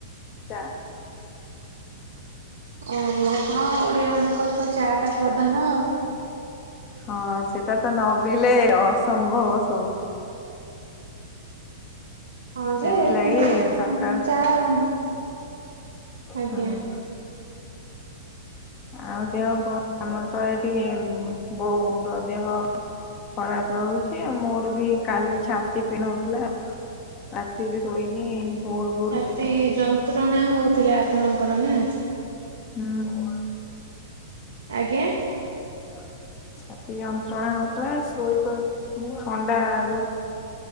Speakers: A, on the left; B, on the right.
A: ଜା,
B: ଓହୋ ହଁ ଓଡିଆ ମାନଙ୍କର ତ ଚା ଟା ପ୍ରଧାନ ଆଉ,
A: ହଁ ସେଇଟା ତ ନପିଇଲେ ଅସମ୍ଭବ ସବୁ,
B: ହଁ ଯେ
A: ସେଥିଲାଗି
B: କିନ୍ତୁ ମୁଁ
A: ସକାଳ
B: ଚା ପ ଆଜ୍ଞା,
A: ହୁଁ ଆଉ ଦେହ କଣ ଆମର ତ ଏଠି ବହୁର ଦେହ, ଖରାପ୍ ରହୁଛି ଆଉ ମୋର ବି କାଲି ଛାତି ପେନ୍ ହଉଥିଲା, ରାତି ରେ ଶୋଇନି, ଭୋରୁ ଭୋରୁ
B: ଛାତି
A: ଶୋଇଥିଲି
B: ଯନ୍ତ୍ରଣା ହଉଥିଲା ଆପଣଙ୍କର ନା?
A: ହୁଁ,
B: ଆଜ୍ଞା?
A: <inaudible> ଛାତି ଯନ୍ତ୍ରଣା ହଉଥିଲା ଶୋଇ ପଡ଼ିଥିନି ଥଣ୍ଡା ରୁ